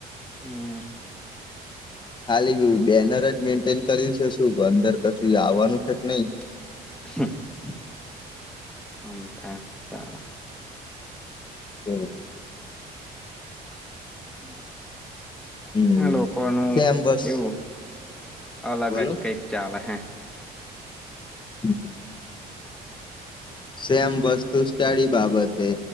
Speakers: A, in the centre; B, on the left.
A: હમ
B: ખાલી બેનર જ મેન્ટેન શું અંદર તોછી આવવાનું છે કે નહી
A: <inaudible>
B: હમ
A: <inaudible>
B: હમ
A: હા લોકો નું
B: સેમ બસ
A: કેવું અલગ
B: બોલો
A: જ કઈક ચાલે હે <inaudible>
B: <inaudible> સેમ વસ્તુ સ્ટડી બાબત